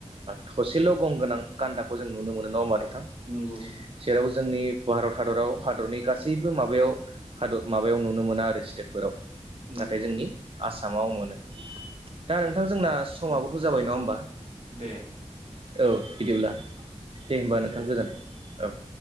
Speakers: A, on the right (about 50°); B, on the right (about 65°).
A: थसेल' गंगोनां गान्दाखौ जों नुनो मोनो नङा होनबा नोंथां
B: नंगौ नंगौ
A: जेराव जोंनि भारत हादराव हादरनि गासैबो माबायाव हादर माबायाव नुनो मोना आरो स्टेटफोराव नाथाय
B: नंगौ
A: जोंनि
B: नंगौ
A: आसामाव मोनो दा नोंथां जोंना समाबो जाबाय नङा होनबा
B: दे
A: औ बिदिब्ला दे होमबा नोंथां गोजोन्थों औ।